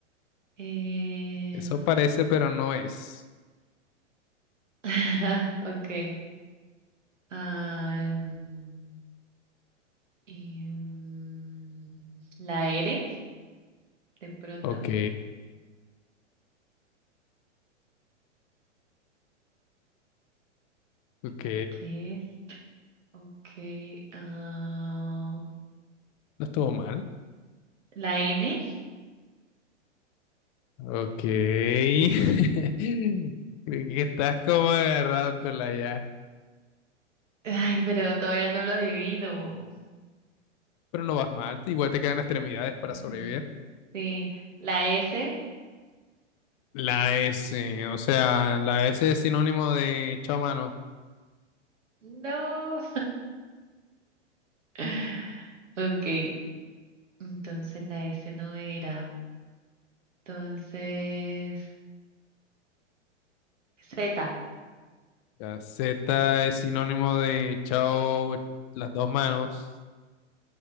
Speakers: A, on the right; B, on the left.
A: Eh,
B: Eso parece, pero no es.
A: <laughs> ok. ah, mm, y, mm, la R, de pronto.
B: Ok. Ok.
A: ¿Qué es? Ok. ah,
B: No estuvo mal.
A: la N. <laughs>
B: Ok. <laughs> Creo que estás como agarrándola ya.
A: Ay, pero todavía no lo adivino.
B: pero no vas mal, igual te quedan extremidades para sobrevivir.
A: Eh, Sí, la S.
B: La S, o sea, la S es sinónimo de chao mano,
A: No. <laughs> Ok, entonces la S no era. Entonces, Z.
B: la Z es sinónimo de chao las dos manos,